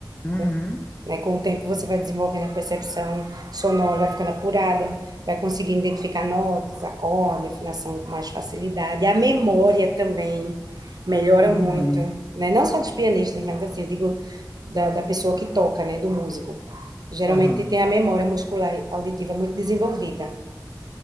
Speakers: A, on the left (about 20°); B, on the right (about 60°).
A: Uhum.
B: Com, né, com o tempo você vai desenvolvendo a percepção sonora, vai ficando apurada, vai conseguindo identificar notas, acorde, afinação com mais facilidade. A memória também melhora
A: Uhum.
B: muito, né? Não só dos pianistas, mas assim, eu digo da, da pessoa que toca, né? Do músico. Geralmente
A: Aham.
B: tem a memória muscular e auditiva muito desenvolvida.